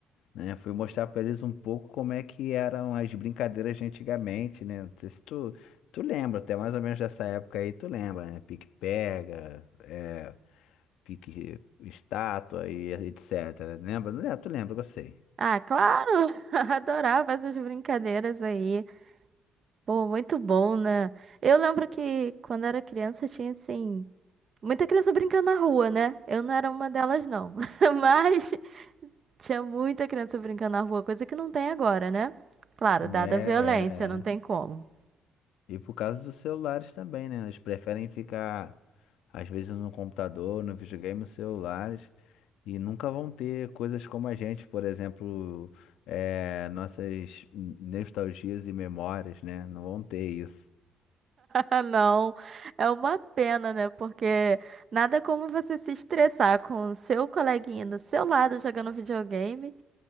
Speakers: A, on the left; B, on the right.
A: né? Fui mostrar pra eles um pouco como é que eram as brincadeiras de antigamente, né? Não sei se tu, tu lembra, até mais ou menos dessa época aí, tu lembra, né? Pique-pega, é, pique estátua e etc. Lembra? Não, tu lembra, que eu sei.
B: Ah, claro! <laughs> Adorava essas brincadeiras aí. Pô, muito bom, né? Eu lembro que quando era criança tinha, assim, muita criança brincando na rua, né? Eu não era uma delas, não. <laughs> Mas tinha muita criança brincando na rua, coisa que não tem agora, né? Claro, dada
A: É, é.
B: a violência, não tem
A: é.
B: como.
A: E por causa dos celulares também, né? Eles preferem ficar, às vezes, no computador, no videogame, nos celulares, e nunca vão ter coisas como a gente, por exemplo, é, nossas nostalgias e memórias, né? Não vão ter isso.
B: Ah, Não, é uma pena, né? Porque nada como você se estressar com o seu coleguinha do seu lado jogando videogame